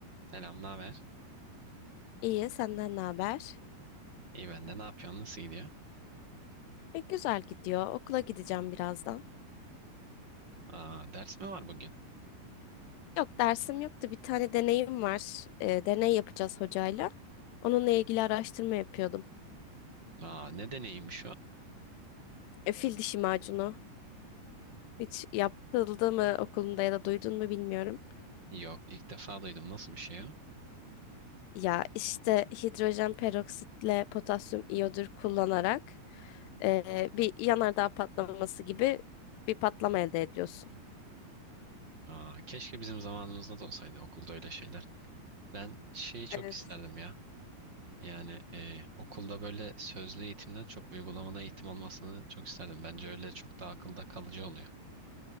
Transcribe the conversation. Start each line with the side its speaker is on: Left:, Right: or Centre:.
Right: Selam, ne haber?
Left: İyi, senden ne haber?
Right: İyi ben de. Ne yapıyorsun? Nasıl gidiyor?
Left: E, güzel gidiyor. Okula gideceğim birazdan.
Right: Aa, ders mi var bugün?
Left: Yok, dersim yoktu. Bir tane deneyim var. E, deney yapacağız hocayla. Onunla ilgili araştırma yapıyordum.
Right: Aa, ne deneyimmiş o?
Left: E, fil dişi macunu. Hiç yapıldı mı okulunda ya da duydun mu bilmiyorum.
Right: Yok, ilk defa duydum. Nasıl bir şey o?
Left: Ya işte hidrojen peroksitle potasyum iyodür kullanarak e, bir yanardağ patlaması gibi bir patlama elde ediyorsun.
Right: Aa, keşke bizim zamanımızda da olsaydı okulda öyle şeyler. Ben şeyi çok
Left: E,
Right: isterdim ya. Yani e, okulda böyle sözlü eğitimden çok uygulamalı eğitim olmasını çok isterdim. Bence öyle çok daha akılda kalıcı oluyor.